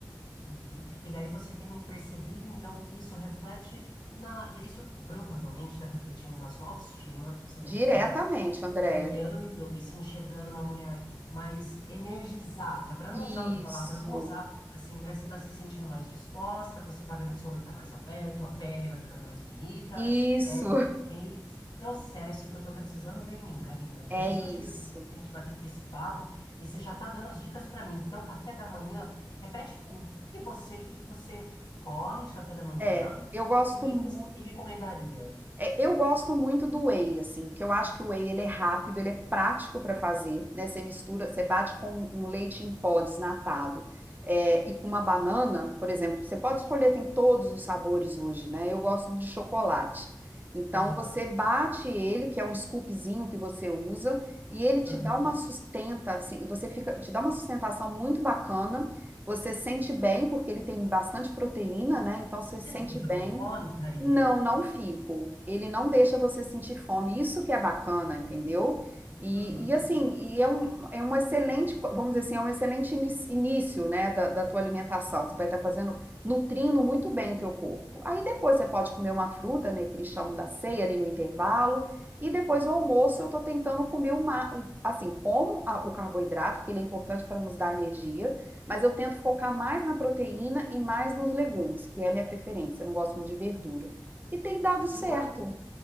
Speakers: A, on the left; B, on the right.
A: uhum. E daí você tem percebido então que isso reflete na. Isso provavelmente está refletindo na sua autoestima. Você deve
B: Diretamente,
A: estar
B: Andréia.
A: olhando e se enxergando uma mulher mais energizada, para não
B: Isso.
A: usar outra palavra, vamos usar assim, né? Você tá se sentindo mais disposta, você tá vendo que seu olho tá mais aberto, a pele vai ficando mais bonita.
B: Isso,
A: É, é esse processo que eu tô precisando ver em mim, Karina.
B: é
A: Por isso
B: isso.
A: que eu te liguei pra gente bater esse papo e você já tá dando as dicas para mim. Então, café da manhã, repete para mim, o que você, o que que você come de café da manhã
B: É, eu gosto
A: e o que
B: muito.
A: que você me recomendaria?
B: É, Eu gosto muito do whey, assim, porque eu acho que o whey ele é rápido, ele é prático para fazer, né? Você mistura, você bate com um leite em pó desnatado, é, e com uma banana, por exemplo, você pode escolher, tem todos os sabores hoje, né? Eu gosto de chocolate. Então
A: Aham,
B: você bate ele, que é um scoopzinho que você usa, e ele te
A: aham.
B: dá uma sustenta, assim, você fica, te dá uma sustentação muito bacana. Você sente bem, porque ele tem bastante proteína, né? Então você sente
A: Você não fica
B: bem.
A: com fome, Karina?
B: Não, não fico. Ele não deixa você sentir fome. Isso que é bacana, entendeu? E,
A: Uhum.
B: e assim, e é um, é um excelente, vamos dizer assim, é um excelente inis- início, né, da, da tua alimentação. Você vai estar fazendo, nutrindo muito bem o teu corpo. Aí depois você pode comer uma fruta, né, que eles chamam da ceia ali no intervalo. E depois o almoço eu tô tentando comer uma, um- assim, como a- o carboidrato, que ele é importante para nos dar energia, mas eu tento focar mais na proteína e mais nos legumes, que é a minha preferência. Eu não gosto muito de verdura. E tem dado certo.
A: Eu adoro,